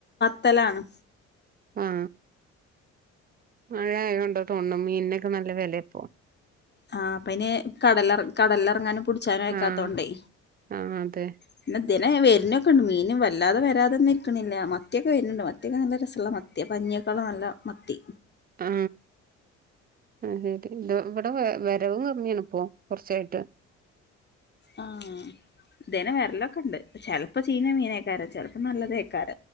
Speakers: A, on the left; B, on the right.
A: സ്ഥലാണ്.
B: ആ മഴ ആയതുകൊണ്ടാതോന്നണു മീനിനൊക്കെ നല്ല വിലയാ ഇപ്പോ.
A: ആ അപ്പ അയ്ന് കടലറ കടലിറങ്ങാനും പുടിച്ചാനും അയക്കാത്തോണ്ടേ
B: ആഹ് ആഹ് അതെ
A: പിന്നെ ദിനെ വരനൊക്കേണ്ട് മീൻ വല്ലാതെ വരാതൊന്നു ഇരിക്കണില്ല. മത്തിയൊക്കെ വരനുണ്ട്. മത്തിയൊക്കെ നല്ല രസൊള്ള മ ത്തി പഞ്ഞി ഒക്കെയുള്ള നല്ല മത്തി.
B: ആ ആദ്യയിട്ട് ഇണ്ടോ. ഇവ ടെ വരവും കമ്മിയാണ് ഇപ്പോ. കുറച്ചായിട്ട്
A: ആ ഇതേനെ വരലൊക്കെ ഉണ്ട് ചെലപ്പോ ചീഞ്ഞ മീനേക്കാര ചെലപ്പോ നല്ലതേ ക്കാര